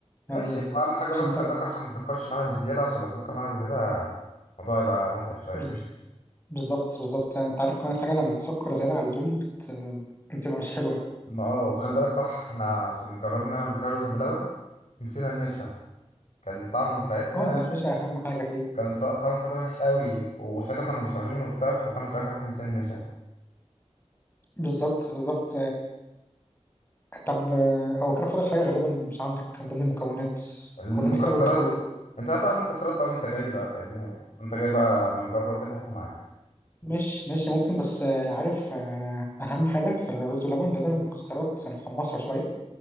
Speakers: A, on the left; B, on the left.
A: ماشي
B: يعني
A: اهم حاجه بس
B: عشان انت
A: خلي بالك عشان ما يسكرش معانا بالزياده عشان لو سكر معانا بالزياده الموضوع يبقى متعب شويه
B: بز- بالظبط بالظبط يعني انت عارف كمان حاجه لما تسكر زياده على اللزوم بت... بتبقى مش حلوه
A: <laughs> ما اه وخلي بالك صح احنا عشان جربنا نعمل بكره رز بلبن نسينا النشا كان طعمه ساعتها
B: اه لا النشا اهم حاجه فيه
A: كان سا- طعمه ساعتها وحش قوي وساعتها كنا مستغربين منه وبتاع افتكرنا في الاخر إن احنا نسينا النشا
B: بالظبط بالظبط طب آه، هو كده فاضل حاجة غالبا مش عندك من ضمن المكونات
A: المكسرات
B: ولا انت كده قلت كله
A: انت هات بقى المكسرات بقى وانت جاي بقى فاهمني يعني وانت جاي بقى من بره وكده هاتها معاك
B: مش ماشي ممكن بس آه، عارف آه، أهم حاجة في الرز واللبن لازم المكسرات نحمصها شوية